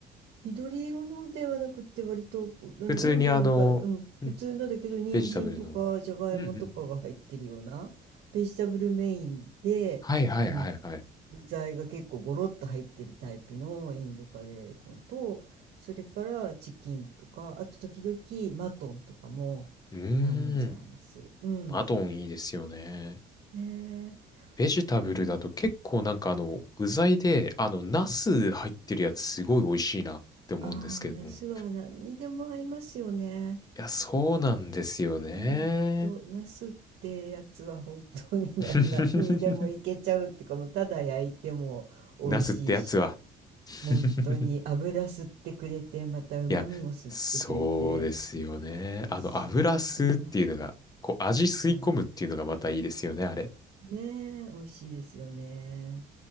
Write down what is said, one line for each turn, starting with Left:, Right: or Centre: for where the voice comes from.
Right: 緑色のではなくって、割と、あの、
Left: 普通にあの、
Right: インドのか、うん、普通のだけど、
Left: うん
Right: 人参とか、
Left: ベジタブルの。
Right: じゃがいもとかが入ってるような、
Left: うんうんうん。
Right: ベジタブルメインで、
Left: はいはいはいはい。
Right: うん、具材が結構ゴロッと入ってるタイプのインドカレーのと、それからチキンとか、あと時々マトンとかも頼んじゃいます。
Left: うーん。
Right: うん。
Left: マトンいいですよね。
Right: ね
Left: ベジタブルだと結構なんかあの、
Right: え。うん。
Left: 具材で、あの、ナス入ってるやつすごい美味しいなって思うんですけれども。
Right: ああ、ナスは何にでも合いますよね。
Left: いや、そうなんですよね。
Right: うんと、ナスってやつは本当に何、
Left: <laughs>
Right: <laughs> 何にでもいけちゃうっていうか、もうただ焼いても美味しいし、
Left: ナスってやつは <laughs>
Right: 本当に油吸ってくれて、また旨味も吸ってくれて、
Left: いや、そうですよね。
Right: 美味しいですよ。
Left: あの、油吸うっていうのが、こう、味吸い込むっていうのがまたいいですよね、
Right: うん。
Left: あれ。
Right: ねえ、美味しいですよね。